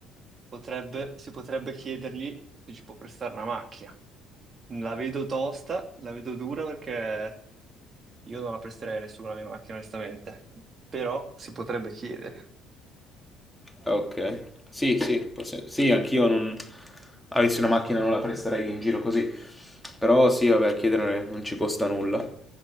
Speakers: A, on the right (about 40°); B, in the centre.
A: potrebbe- si potrebbe chiedergli se ci può prestare una macchina. La vedo tosta, la vedo dura perché Io non la presterei a nessuno la mia macchina, onestamente, però si potrebbe chiedere.
B: Ok. Sì, sì, forse- sì, anch'io non... Avessi una macchina non la presterei in giro così. Però sì, vabbè, chiedere non ci costa nulla.